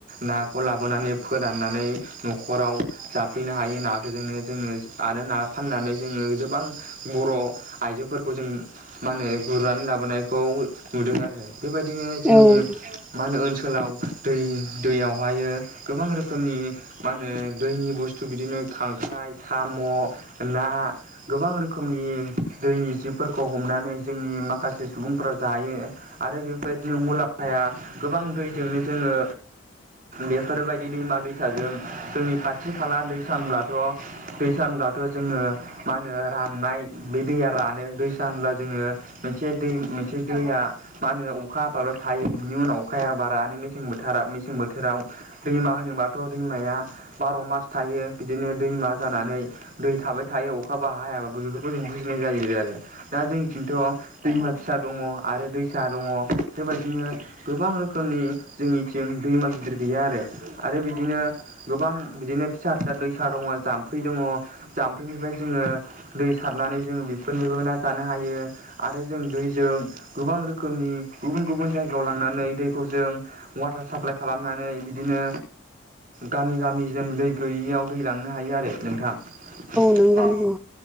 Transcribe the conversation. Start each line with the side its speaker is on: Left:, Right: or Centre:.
Right: ना खौ लाबोनानै फोराननानै न'खराव जाफैनो हायो नाखौजोंनो जोङो आरो ना फाननानै जोङो गोबां बर' आइजोफोरखौ जों मा होनो गुरनानै लाबोनायखौ नुदों आरो। बेबायदिनो जोंनि
Centre: नंगौ
Right: मा होनो ओनसोलाव दै दैयावहायो गोबां रोखोमनि मा होनो दैनि बुस्थु बिदिनो खांख्राइ साम' ना गोबां रोखोमनि दैनि जिबफोरखौ हमनानै जोंनि माखासे सुबुंफोरा जायो। आरो बेफोरबायदिनो मुलामफाया गोबां दैजोंनो जोङो बेफोरबायदि दैमा दैसाजों जोंनि खाथि खाला दैसानब्लाथ' दैसानब्लाथ' जोङो मा होनो राननाय बे दैया रानो दैसानब्ला जोङो मोनसे दै मोनसे दैया मा होनो अखा हाबाल' थायो बिनि उनाव अखाया बारानो मेसें बोथोरा मेसें बोथोराव। दैमा होनोबाथ' दैमाया बार' मास थायो बिदिनो दैमा जानानै दै थाबाय थायो अखा बो हाया बेफोरखौ जों बुजिनाय जायो आरो। दा जोंनि खिन्थ' दैमा फिसा दङ आरो दैसा दङ बेबायदिनो गोबां रोखोमनि जोंनिथिं दैमा गिदिर गैया आरो। आरो बिदिनो गोबां बिदिनो फिसा फिसा दैसा दङ जाम्फै दङ। जाम्फैनिफ्राय जोङो दै सारनानै जोङो बेफोरनोबो ना जानो हायो। आरो जों दैजों गोबां रोखोमनि गुबुन गुबुन जायगायाव लांनानै दैखौ जों वाटार साप्लाइ खालामनानै बिदिनो गामि गामि जों दै गैयियाव दै लांनो हायो आरो नोंथां।
Centre: नंगौ
Right: औ
Centre: नंगौ